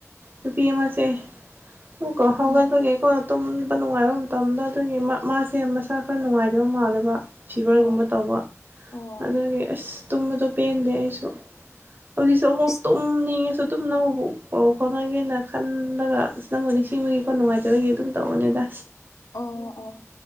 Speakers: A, on the right; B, on the left.
A: ꯅꯨꯄꯤ ꯑꯃꯥꯁꯤ ꯐꯨꯛ ꯔꯥꯎ ꯍꯧꯒꯠꯄꯒꯤꯀꫭ
B: ꯎꯝ
A: ꯇꯨꯝꯕ ꯅꯨꯡꯉꯥꯏꯕ ꯃꯇꯝꯗ ꯑꯗꯨꯒꯤ ꯃꯥꯁꯦ ꯃꯁꯥ ꯈꯔ ꯅꯨꯡꯉꯥꯏꯇꯕ ꯃꯥꯜꯂꯦꯕꯥ꯫ ꯐꯤꯚꯔꯒꯨꯝꯕ
B: ꯑꯣ
A: ꯇꯧꯕ
B: ꯑꯣ
A: ꯑꯗꯨꯗꯒꯤ ꯑꯁ ꯇꯨꯝꯕꯗꯨ ꯄꯦꯟꯗꯦ ꯑꯩꯁꯨ꯫ ꯍꯧꯖꯤꯛꯁꯨ ꯑꯃꯨꯛ
B: ꯏꯁ
A: ꯇꯨꯝꯅꯤꯡ ꯉꯁꯨ ꯑꯗꯨꯝ ꯅꯪꯕꯨ ꯄꯥꯎ ꯐꯥꯎꯅꯒꯦꯅꯥ ꯈꯜꯂꯒꯥ꯫ ꯑꯁ ꯅꯪꯕꯨ ꯁꯤꯡꯁꯤꯕꯒꯤ ꯀꯈ ꯅꯨꯡꯉꯥꯏꯇꯕꯒꯤ ꯑꯗꯨꯝ ꯇꯧꯕꯅꯦꯗ
B: ꯑꯧ ꯑꯣꯑ